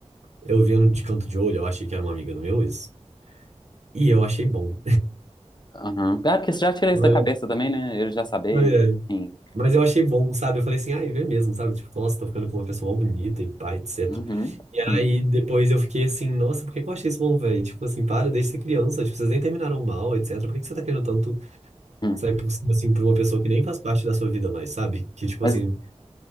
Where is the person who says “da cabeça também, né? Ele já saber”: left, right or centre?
Left